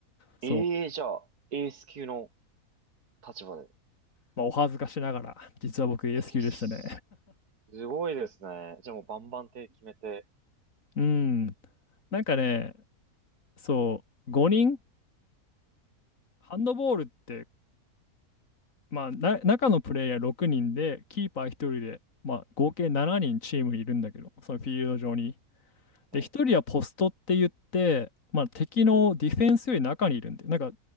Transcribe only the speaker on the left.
そう、
まあ、お恥ずかしながら、実は僕 AS
級でしたね。
<laughs> うん、なんかね、そう、5人、ハンドボールってまあ、な中のプレイヤー6人で、キーパー1人で、まあ、合計7人チームにいるんだけど、そのフィールド上に。で、
1人はポストって言って、まあ、敵のディフェンスより中にいるんで、なんか、